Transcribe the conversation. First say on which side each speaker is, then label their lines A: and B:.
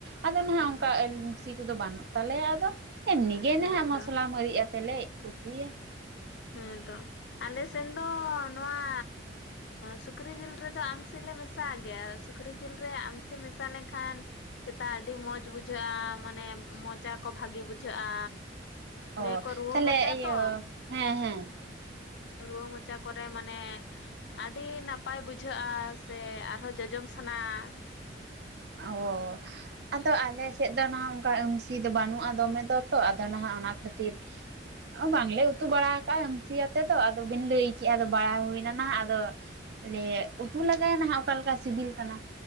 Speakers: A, on the right; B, on the left.
A: ᱟᱫᱚ ᱱᱟᱦᱟᱸᱜ
B: ᱚ
A: ᱚᱱᱠᱟ ᱟᱹᱞ ᱟᱢᱥᱤ ᱠᱚᱫᱚ ᱵᱟᱹᱱᱩᱜ ᱛᱟᱞᱮᱭᱟ, ᱟᱫᱚ ᱮᱢᱱᱤᱜ
B: ᱦᱮᱸ
A: ᱱᱟᱦᱟᱸᱜ
B: ᱛᱚ
A: ᱢᱚᱥᱞᱟ ᱢᱟᱹᱨᱤᱡ ᱟᱛᱮ ᱞᱮ ᱩᱛᱩᱭᱟ᱾
B: ᱦᱮᱸᱛᱚ ᱟᱞᱮ ᱥᱮᱱ ᱫᱚ ᱱᱚᱣᱟ ᱥᱩᱠᱨᱤ ᱡᱤᱞ ᱨᱮᱫᱚ ᱟᱢᱥᱤ ᱞᱮ ᱢᱮᱥᱟᱜ ᱜᱮᱭᱟ, ᱥᱩᱠᱨᱤ ᱡᱤᱞ ᱨᱮ ᱟᱢᱥᱤ ᱢᱮᱥᱟ ᱞᱮᱱᱠᱷᱟᱱ ᱥᱮᱛᱟᱜ ᱟᱹᱰᱤ ᱢᱚᱸᱡᱽ ᱵᱩᱡᱷᱟᱹᱜᱼᱟ ᱢᱟᱱᱮ ᱢᱚᱪᱟ ᱠᱚ ᱵᱷᱟᱜᱮ ᱵᱩᱡᱷᱟᱹᱜᱼᱟ᱾
A: ᱚ
B: ᱞᱟᱹᱟᱠᱚ ᱨᱩᱣᱟᱹ
A: ᱛᱟᱦᱞᱮ
B: ᱢᱚᱪᱟ
A: ᱤᱭᱟᱹ
B: ᱛᱚ᱾
A: ᱦᱮᱸ ᱦᱮᱸ
B: ᱨᱩᱣᱟᱹ ᱢᱩᱪᱟ ᱠᱚᱨᱮ ᱢᱟᱱᱮ ᱟᱹᱰᱤ ᱱᱟᱯᱟᱭ ᱵᱩᱡᱷᱟᱹᱜᱼᱟ ᱥᱮ ᱟᱨᱦᱚᱸ ᱡᱚᱡᱚᱢ ᱥᱟᱱᱟᱼᱟ᱾
A: ᱚ ᱟᱫᱚ ᱟᱞᱮ ᱥᱮᱫ ᱫᱚ <unintelligible> ᱚᱱᱠᱟ ᱟᱢᱥᱤ ᱫᱚ ᱵᱟᱹᱱᱩᱜᱼᱟ ᱫᱚᱢᱮ ᱫᱚᱛᱚ ᱟᱫᱚ ᱱᱟᱦᱟᱸᱜ ᱚᱱᱟ ᱠᱷᱟᱹᱛᱤᱨ ᱵᱟᱝᱞᱮ ᱩᱛᱩ ᱵᱟᱲᱟ ᱠᱟᱜᱼᱟ ᱟᱢᱥᱤᱭᱟᱛᱮ ᱫᱚ ᱟᱫᱚ ᱵᱤᱱ ᱞᱟᱹᱭ ᱠᱮᱜᱼᱟ ᱟᱫᱚ ᱵᱟᱲᱟ ᱦᱩᱭᱱᱟ ᱱᱟᱜ ᱟᱫᱚ ᱞᱮ ᱩᱛᱩ ᱞᱮᱟᱜᱟᱭᱟ ᱱᱟᱦᱟᱸᱜ ᱚᱠᱟᱞᱮᱠᱟ ᱥᱤᱵᱤᱞ ᱠᱟᱱᱟ᱾